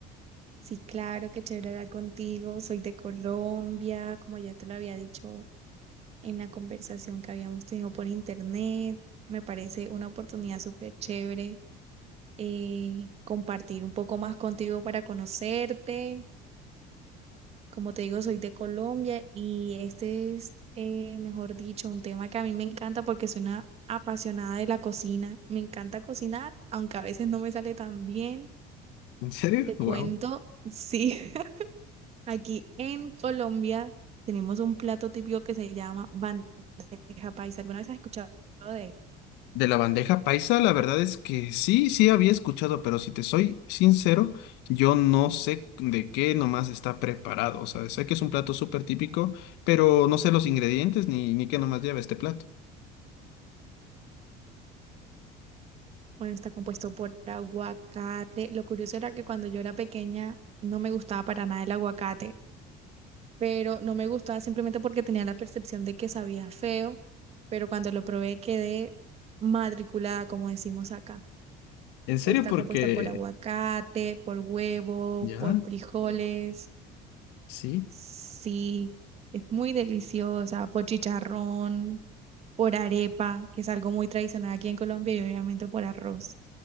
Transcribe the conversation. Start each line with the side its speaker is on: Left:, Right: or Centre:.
Right: sí, claro, qué chévere hablar contigo. Soy de Colombia, como ya te lo había dicho en la conversación que habíamos tenido por internet. Me parece una oportunidad súper chévere eh, compartir un poco más contigo para conocerte. Como te digo, soy de Colombia y este es, eh, mejor dicho, un tema que a mí me encanta porque soy una apasionada de la cocina. Me encanta cocinar, aunque a veces no me sale tan bien.
Left: ¿En serio?
Right: Te cuento,
Left: Wow.
Right: <laughs> sí. Aquí en Colombia tenemos un plato típico que se llama bandeja paisa. ¿Alguna vez has escuchado de él?
Left: De la bandeja paisa, la verdad es que sí, sí había escuchado, pero si te soy sincero, yo no sé de qué nomás está preparado. O sea, sé que es un plato súper típico, pero no sé los ingredientes ni, ni qué nomás lleva este plato.
Right: Bueno, está compuesto por aguacate. Lo curioso era que cuando yo era pequeña no me gustaba para nada el aguacate, pero no me gustaba simplemente porque tenía la percepción de que sabía feo, pero cuando lo probé quedé matriculada, como decimos acá.
Left: ¿En serio?
Right: Está
Left: Porque
Right: compuesta por aguacate, por huevo,
Left: ya,
Right: por frijoles.
Left: sí.
Right: Sí, es muy deliciosa, por chicharrón, por arepa, que es algo muy tradicional aquí en Colombia, y obviamente por arroz,